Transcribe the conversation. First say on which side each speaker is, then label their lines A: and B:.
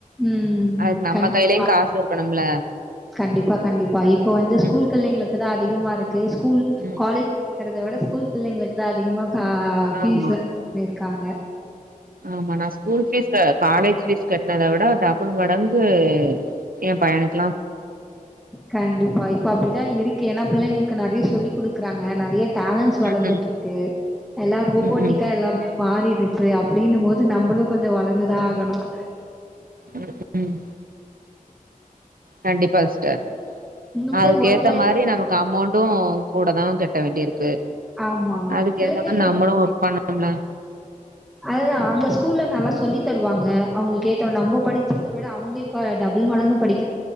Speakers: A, in the centre; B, on the right.
A: உம்
B: அதுக்கு நம்ம
A: கண்டிப்பா
B: கையிலயு காசு இருக்கணும்ல
A: கண்டிப்பா கண்டிப்பா இப்ப வந்து ஸ்கூல்
B: ம்
A: பிள்ளைங்களுக்கு தான் அதிகமா இருக்கு ஸ்கூல்
B: ம்
A: காலேஜ் படிக்கிறத விட ஸ்கூல் பிள்ளைங்களுக்கு தான் அதிகமா ஆஹ் பீஸ்
B: ஆமா
A: வந்து இருக்காங்க
B: ஆமா நான் ஸ்கூல் பீஸ் காலேஜ் பீஸ் கட்டினத விட டபுள் மடங்கு என் பையணுக்கு
A: கண்டிப்பா இப்ப அப்படிதான் இருக்கு ஏன்னா பிள்ளைங்களுக்கு நிறைய சொல்லிக்குடுக் இருக்கறாங்க நிறைய டேலன்ஸ் வளர்ந்துட்டு
B: ம்
A: இருக்கு எல்லாமே ரோபோட்டிக்கா
B: ம் ம்
A: எல்லாமே மாறிடுச்சு அப்படின்னும் போது நம்மளும் கொஞ்ச வளர்ந்துதா ஆகணும்
B: உம் உம் கண்டிப்பா சிஸ்டர்
A: உங்களுக்கு
B: அதுக்கு
A: ஒர்க்
B: ஏத்த
A: லைஃப்
B: மாரி நமக்கு அமௌண்ட் க்கு கூட தான் கட்ட வேண்டிய இருக்கு
A: ஆமா.
B: அதுக்கு
A: பிள்ளைங்க
B: ஏத்த மாரி நம்மளும் ஒர்க் பண்ணணுமுல்ல
A: அதான் அங்க ஸ்கூல்ல நல்லா சொல்லி தருவாங்க அவங்களுக்கு கேத்த நம்ப படிச்சத விட அவங்க இப்ப டபுள் மடங்கு படி